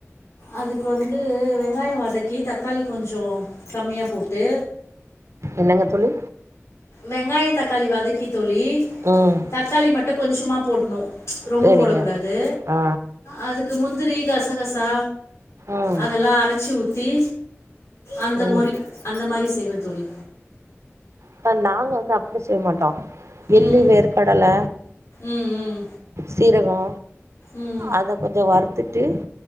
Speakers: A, on the left (about 65°); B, on the right (about 65°).
A: அதுக்கு வந்து வெங்காயோ வதக்கி தக்காளி கொஞ்சோ கம்மியா போட்டு
B: என்னங்க தோழி
A: வெங்காயோ தக்காளி வாதக் தோழி
B: ம்
A: தக்காளி மட்டோ கொஞ்சமா போட்ணோ ச்சு ரொம்ப
B: சரிங்க
A: போட கூடாது
B: ஆ
A: அதுக் த்து முந்திர கச கசா
B: ம்
A: அதெல்லா அரைச்சு ஊத் தி அந்த
B: ம்
A: மொரி அந்த மாரி செய்வ தோழி
B: பா நாங்க வந்து அப்டி செய் மாட்டோ எள்ளு
A: ம்
B: வேர்கடல
A: ம் ம்
B: சீரகோ
A: ம்
B: அத கொஞ்சோ வறுத்துட்டு